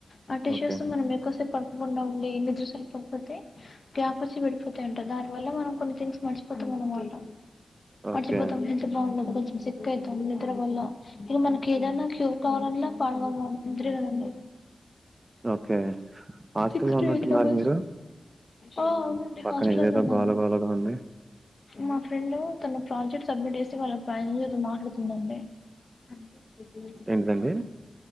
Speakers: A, on the left; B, on the right.
A: ఆ టిష్యూస్
B: ఓకే
A: మనం ఎక్వసేపు పడుకోకుండా ఉండీ నిద్దర సరిపోకపోతే గ్యాపొచ్చి పడిపోతాయంట, దాని వల్ల మనం కొన్ని థింగ్స్ మరిచిపోతాం అనమాట
B: ఓకే
A: మర్చిపోతం హెల్త్ బాగుండదు కొంచెం సిక్ అయితాం నిద్ర వల్ల ఇగ మనకి ఏదైనా క్యూ కోవాలన్న పడుకోవడం నిద్రే కదండి
B: ఓకే హాస్టల్‌లో
A: సిక్స్ టూ
B: ఉన్నట్టున్నారు
A: ఎయిట్ హవర్స్
B: మీరు?
A: ఆ అవునండ్ డి
B: పక్కన
A: హస్టల్లోనే
B: ఏదేదో
A: ఉన్నాను
B: గోల గోలగా ఉంది.
A: మా ఫ్రెండ్ తన ప్రాజెక్ట్ సబ్మిట్ చేసి వాళ్ళ మేనేజర్ తోని మాట్లాడుతుందండి అంత <unintelligible>
B: ఏంటిదండి?